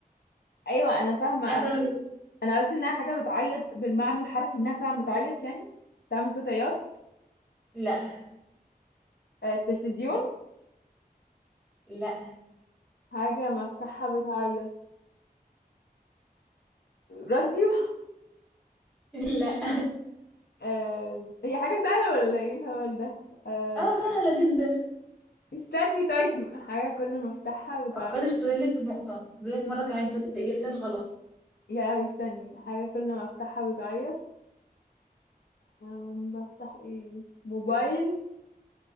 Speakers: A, on the left; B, in the centre.
A: ايوه انا فاهمة
B: حاجه
A: انا
B: كل ما تيجي
A: أنا قصدي انها حاجة بتعيط بالمعنى الحرفي انها فعلا بتعيط يعني بتعمل صوت عياط
B: لا
A: آه، التلفزيون
B: لا
A: حاجة مفتاحها بتعيط راديو
B: لا <laughs>
A: آه، هي حاجة سهلة ولا ايه الهبل ده آه،
B: اه سهلة جدا
A: استني طيب حاجة كل ما افتحها بتعيط
B: فكري في فاضلك نقطة فاضلك مرة كمان تقولي إجابتين غلط
A: يا استني حاجة كل ما افتحها بتعيط آم، بفتح ايه موبايل